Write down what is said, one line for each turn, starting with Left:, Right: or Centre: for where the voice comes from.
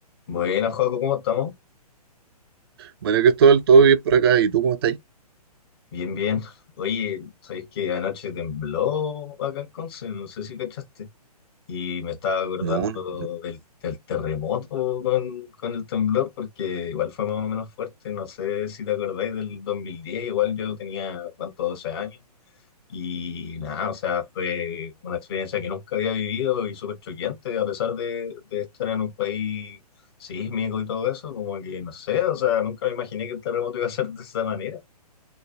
Left: Bueno, Joaco, ¿cómo estamos?
Right: Bueno, Cristóbal, todo bien por acá. ¿Y tú cómo estás?
Left: Bien, bien. Oye, ¿sabéis que anoche tembló acá en Conce? No sé si cachaste. Y me estaba acordando
Right: No, no, no.
Left: del, del terremoto con, con el temblor, porque igual fue más o menos fuerte. No sé si te acordáis del 2010, igual yo tenía, ¿cuánto? 12 años. Y nada, o sea, fue una experiencia que nunca había vivido y súper choqueante, a pesar de, de estar en un país sísmico y todo eso, como que no sé, o sea, nunca me imaginé que el terremoto iba a ser de esa manera.